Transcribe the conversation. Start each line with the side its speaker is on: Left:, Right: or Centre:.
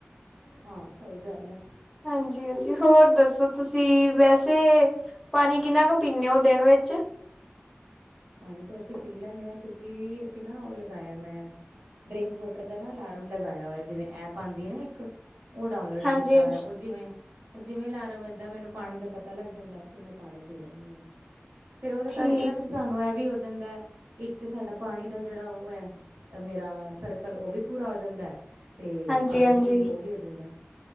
Right: ਹਾਂ ਸਹੀ ਗੱਲ ਹੈ
Centre: ਹਾਂਜੀ-ਹਾਂਜੀ, ਹੋਰ ਦੱਸੋ ਤੁਸੀਂ? ਤੁਸੀਂ ਵੈਸੇ, ਪਾਣੀ ਕਿੰਨਾ ਕੁ ਪੀਦੇ ਹੋ ਦਿਨ ਵਿੱਚ।
Right: ਪਾਣੀ ਤੇ ਅਸੀਂ ਪੀ ਲੈਂਦੇ ਹਾਂ। ਕਿਉਂਕਿ ਅਸੀਂ ਨਾ ਉਹ ਲਗਾਇਆ। ਮੈਂ ਡਰਿੰਕ ਵਾਟਰ ਦਾ ਨਾ, ਅਲਾਰਮ ਲਗਾਇਆ ਹੋਇਆ ਜਿਵੇਂ। ਐਪ ਆਉਦੀ ਹੈ ਨਾ ਇੱਕ, ਉਹ ਡਾਊਨਲੋਡ
Centre: ਹਾਂਜੀ
Right: ਕੀਤਾ ਹੋਇਆ। ਉਹ ਜਿਵੇਂ ਉਹ ਜਿਵੇਂ ਅਲਾਰਮ ਵੱਜਦਾ ਮੈਨੂੰ ਪਾਣੀ ਦਾ ਪਤਾ ਲੱਗ ਜਾਂਦਾ, ਫਿਰ ਮੈਂ ਪਾਣੀ ਪੀ ਲੈਂਨੀ ਆਂ। ਫੇਰ ਉਹਦੇ ਕਰਕੇ
Centre: ਠੀ
Right: ਨਾ, ਫੇਰ ਸਾਨੂੰ ਇਹ ਵੀ ਹੋ ਜਾਂਦਾ ਹੈ। ਇੱਕ ਤੇ ਸਾਡਾ ਪਾਣੀ ਦਾ ਜਿਹੜਾ ਉਹ ਹੈ। ਮੇਰਾ ਸਰਕਲ ਉਹ ਵੀ ਪੂਰਾ ਹੋ ਜਾਂਦਾ। ਤੇ
Centre: ਹਾਂਜੀ-ਹਾਂਜੀ।
Right: ਪਾਣੀ ਦੀ ਉਹ ਵੀ ਹੋ ਜਾਂਦਾ।